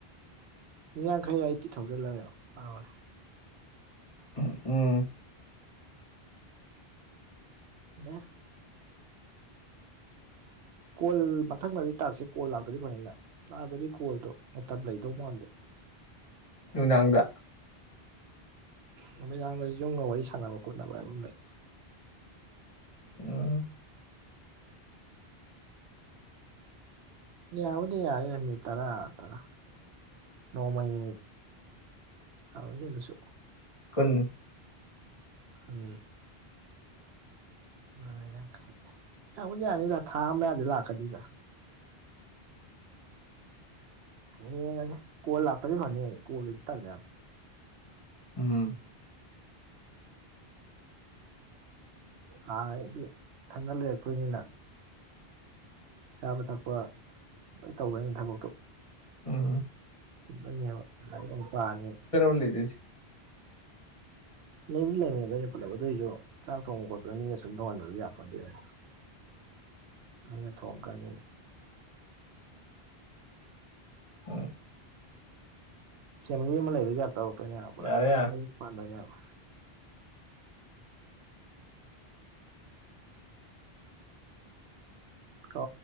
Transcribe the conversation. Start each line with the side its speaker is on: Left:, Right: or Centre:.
Right: ꯌꯥꯡꯈꯩꯔ ꯑꯩꯠꯇꯤ ꯊꯥꯎꯖꯟꯂꯥꯥ ꯀꯩꯅꯣ ꯀꯥꯎꯔꯦ
Left: ꯎꯝ ꯎꯝ
Right: ꯗꯦ ꯀꯣꯜ ꯃꯊꯪꯅꯗꯤ ꯇꯥꯛꯁꯁꯦ ꯀꯣꯜ ꯂꯥꯛꯇ꯭ꯔꯗꯤ ꯐꯅꯤꯗꯥ ꯑꯥꯗꯗꯤ ꯀꯣꯜꯗꯣ ꯃꯇꯝ ꯂꯩꯗꯧ ꯃꯥꯟꯗꯦ
Left: ꯅꯨꯡꯗꯥꯡꯗ
Right: ꯅꯨꯃꯤꯗꯥꯡꯗ ꯌꯨꯝꯒ ꯋꯥꯔꯤ ꯁꯥꯟꯅꯕ ꯈꯣꯠꯅꯕ ꯍꯥꯏꯕ ꯑꯃ ꯂꯩ
Left: ꯎꯝ
Right: ꯌꯥꯕꯨꯗꯤ ꯌꯥꯔꯦ ꯃꯤꯅꯤꯠ ꯇꯔꯥ ꯇꯔꯥ ꯅꯣꯡꯃꯩ ꯃꯤꯅꯤꯠ ꯍꯥꯎꯋꯤꯅꯦ ꯗꯨꯁꯨ
Left: ꯀꯨꯟ
Right: ꯑꯟ ꯃꯌꯥꯡꯈꯩ ꯌꯥꯕꯨꯗꯤ ꯌꯥꯅꯤꯗ ꯊꯥ ꯑꯝ ꯃꯌꯥꯗꯤ ꯂꯥꯛꯀꯅꯤꯗ ꯌꯦꯡꯉꯖꯦ ꯀꯣꯜ ꯂꯥꯛꯇꯗꯤ ꯐꯥꯅꯤ ꯀꯣꯜ ꯒꯤꯖꯦ ꯇꯂꯦ ꯌꯥꯝ
Left: ꯎꯝ
Right: ꯑ ꯑꯩꯗꯤ ꯊꯟꯗ ꯂꯩꯔꯛꯇꯣꯢꯅꯤꯅ ꯆꯥꯕ ꯊꯛꯄ ꯂꯣꯏ ꯇꯧꯗꯣꯏꯅꯤ ꯊꯕꯛꯇꯣ
Left: ꯎꯝ
Right: ꯆꯤꯟꯗꯣꯏꯅꯦꯕ ꯗ ꯑꯩꯅ ꯅꯨꯄꯥꯅꯤ
Left: ꯂꯩꯗꯁꯤ
Right: ꯂꯩꯕꯨꯗꯤ ꯂꯩꯃꯤ ꯑꯗ ꯑꯩꯅ ꯄꯨꯜꯂꯞ ꯑꯗꯨꯢꯖꯨ ꯆꯥꯛ ꯊꯣꯡꯕ ꯈꯣꯠꯄꯗ ꯃꯤꯅ ꯁꯨꯝ ꯊꯣꯡꯍꯟꯕꯗ ꯌꯥꯄꯣꯟꯗꯦꯅ
Left: <inaudible>
Right: ꯑꯩꯅ ꯊꯣꯡꯉꯛꯀꯅꯤ
Left: ꯎꯝ
Right: ꯐꯦꯃꯤꯂꯤ ꯑꯃ ꯂꯩꯕꯩ ꯇꯥꯢꯞ ꯇꯧꯔꯛꯇꯣꯏꯅꯦꯕ ꯄꯨꯔꯥ
Left: ꯌꯥꯔꯦ ꯌꯥꯔꯦ
Right: ꯊꯟꯅ ꯌꯨꯝ ꯄꯥꯟꯗꯣꯏꯅꯦꯕ ꯀꯣ